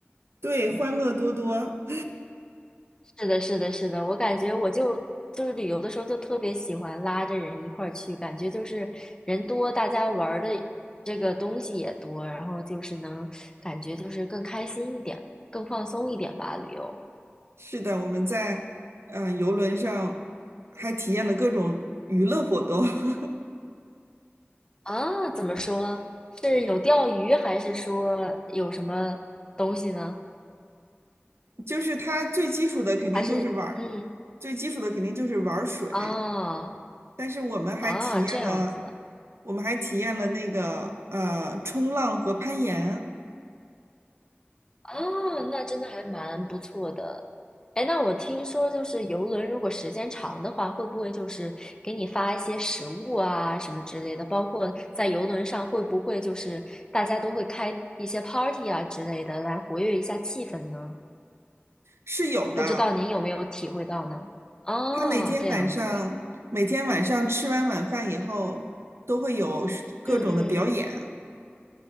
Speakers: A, on the right; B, on the left.
A: 对，欢乐多多。
B: 是的，是的，是的，我感觉我就就是旅游的时候就特别喜欢拉着人一块儿去，感觉就是人多，大家玩儿的这个东西也多，然后就是能感觉就是更开心一点，更放松一点吧，旅游。
A: <laughs> 是的，我们在呃游轮上还体验了各种娱乐活动。<laughs>
B: 啊，怎么说？是有钓鱼，还是说有什么东西呢？
A: 就是它最基础的肯定就是玩儿，
B: 还是嗯
A: 最基础的肯定就是玩儿水，
B: 啊
A: 但是我们还体验了，
B: 啊这样子。
A: 我们还体验了那个呃冲浪和攀岩
B: 哦，那真的还蛮不错的。哎，那我听说就是游轮，如果时间长的话，会不会就是给你发一些食物啊什么之类的？包括在游轮上，会不会就是大家都会开一些 party 啊之类的来活跃一下气氛呢？
A: 是有的。
B: 不知道您有没有体会到呢？哦，
A: 他每天晚上每天晚上吃完晚饭以后都会有各种的表演，
B: 这样子，嗯嗯。